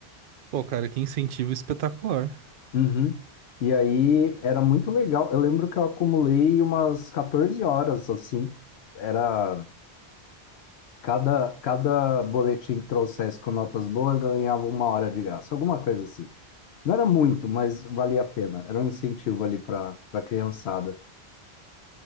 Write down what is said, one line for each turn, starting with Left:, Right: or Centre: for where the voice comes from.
Right: Pô, cara, que incentivo espetacular.
Left: Uhum. E aí era muito legal. Eu lembro que eu acumulei umas 14 horas, assim. Era. Cada, cada boletim que trouxesse com notas boas ganhava uma hora de graça, alguma coisa assim. Não era muito, mas valia a pena. Era um incentivo ali para para criançada.